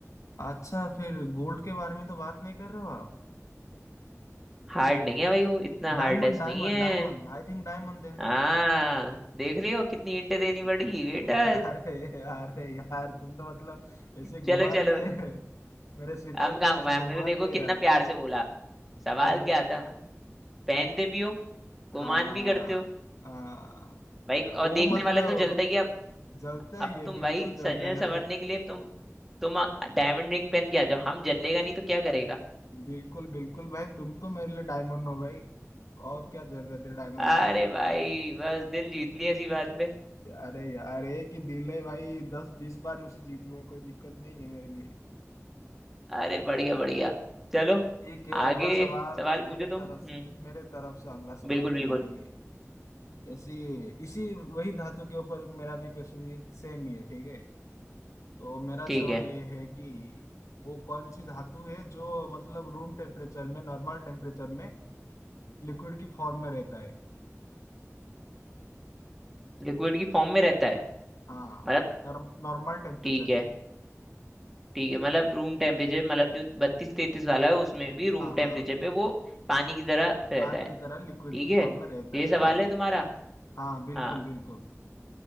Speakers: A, on the left (about 85°); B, in the centre.
A: अच्छा फिर गोल्ड के बारे में तो बात नहीं कर रहे हो आप
B: हार्ड नहीं है भाई वो इतना हार्डेस्ट
A: Diamond diamond
B: नहीं है
A: diamond I think diamond then
B: हाँ देख लियो कितनी इंटें देनी पड़ी
A: <laughs>
B: बेटा
A: अरे अरे यार तुम तो मतलब ऐसे घुमा
B: चलो चलो
A: दिए मेरे सिर को
B: हम
A: एकदम
B: कहाँ घुमाए
A: से घुमा
B: हमने तो देखो
A: दिए
B: कितना
A: यार
B: प्यार से बोला सवाल
A: ठीक
B: क्या
A: है
B: था पहनते भी हो गुमान
A: हाँ
B: भी करते हो
A: हाँ
B: भाई
A: वो
B: और देखने
A: मतलब
B: वाला तो जलता ही है अब
A: जलता ही
B: अब
A: है
B: तुम
A: बिल्कुल
B: भाई
A: जलता
B: सजने
A: है
B: संवरने
A: भाई
B: के लिए तुम तुम डायमंड रिंग पहन के आ जाओ हम जलेगा नहीं तो क्या करेगा
A: बिल्कुल बिल्कुल भाई तुम तो मेरे लिए डायमंड हो भाई और क्या जरूरत है डायमंड
B: अरे
A: की
B: भाई बस दिल जीत लिया इसी बात पे
A: अरे यार एक ही दिल है भाई दस बीस बार उसे जीत लूंगा कोई दिक्कत नहीं है मेरे लिए
B: अरे बढ़िया बढ़िया चलो
A: ठीक है
B: आगे
A: अगला सवाल
B: सवाल
A: मेरे
B: पूछो
A: तरफ
B: तुम हम्म
A: मेरे तरफ से अगला सवाल
B: बिल्कुल
A: तुम्हारे
B: बिल्कुल
A: लिए ऐसी इसी वही धातु के ऊपर मेरा भी क्वेश्चन सेम ही है ठीक है तो मेरा
B: ठीक
A: सवाल
B: है
A: ये है कि वो कौन सी धातु है जो मतलब रूम टेम्परेचर में नॉर्मल टेम्परेचर में लिक्विड की फॉर्म में रहता है
B: लिक्विड की फॉर्म में रहता है
A: हाँ
B: मतलब
A: नॉर्मल टेम्परेचर
B: ठीक है
A: में
B: ठीक है मतलब रूम टेम्परेचर मतलब जो बत्तीस तैतीस वाला है उसमें भी रूम
A: हाँ
B: टेम्परेचर
A: हाँ
B: पे वो पानी की तरह रहता
A: पानी
B: है
A: की तरह लिक्विड
B: ठीक
A: की
B: है
A: फॉर्म में रहता
B: ये
A: है
B: सवाल
A: हाँ
B: है तुम्हारा
A: हाँ बिल्कुल
B: हाँ
A: बिल्कुल